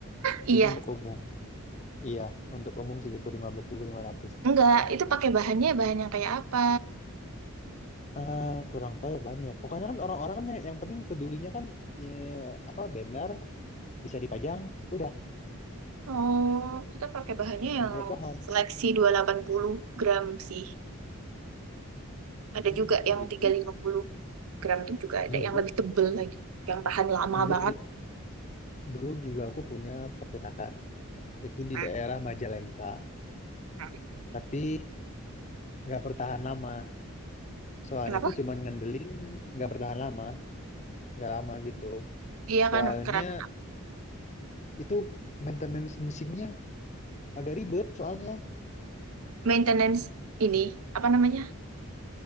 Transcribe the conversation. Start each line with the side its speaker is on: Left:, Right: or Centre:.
Right: Iya,
Left: Itu untuk umum. Iya, untuk umum segitu 15.500.
Right: enggak, itu pakai bahannya bahan yang kayak apa?
Left: Eh kurang tahu ya banyak. Pokoknya kan orang-orang kan yang yang penting pedulinya kan ya, apa banner bisa dipajang, udah
Right: Oh, kita pakai bahannya
Left: nggak
Right: yang
Left: lihat bahan.
Right: seleksi dua ratus delapan puluh gram sih. Ada
Left: Hmm,
Right: juga yang
Left: gitu.
Right: tiga ratus lima puluh gram tuh juga ada
Left: Dulu,
Right: yang lebih tebel lagi, yang tahan lama
Left: dulu,
Right: banget.
Left: dulu juga aku punya percetakan. Itu di
Right: Nah,
Left: daerah Majalengka,
Right: nah.
Left: tapi nggak bertahan lama. Soalnya
Right: Kenapa?
Left: tuh cuman ngandelin nggak bertahan lama, nggak lama gitu.
Right: Iya
Left: Soalnya
Right: kan, karena
Left: itu maintenance mesinnya agak ribet. Soalnya
Right: maintenance ini, apa namanya,